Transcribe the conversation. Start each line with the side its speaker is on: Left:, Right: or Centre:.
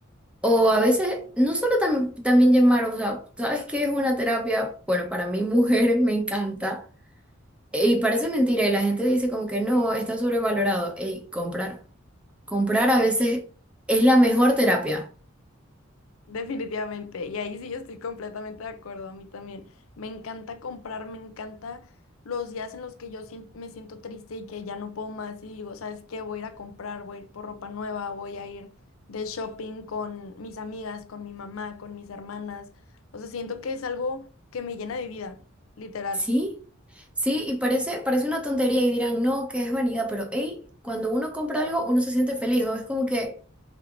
Centre: O a veces, no solo tam- también llamar, o sea, ¿sabes qué es una terapia? Bueno, para mí <laughs> mujer me encanta y parece mentira y la gente dice como que no, está sobrevalorado. Ey, comprar, comprar a veces es la mejor terapia.
Left: Definitivamente, y ahí sí yo estoy completamente de acuerdo, a mí también. Me encanta comprar, me encanta los días en los que yo sien- me siento triste y que ya no puedo más y digo, ¿sabes qué? Voy a ir a comprar, voy a ir por ropa nueva, voy a ir de shopping con mis amigas, con mi mamá, con mis hermanas. O sea, siento que es algo que me llena de vida, literal.
Centre: Sí, sí, y parece, parece una tontería y dirán, no, que es vanidad, pero hey, cuando uno compra algo, uno se siente feliz, o es como que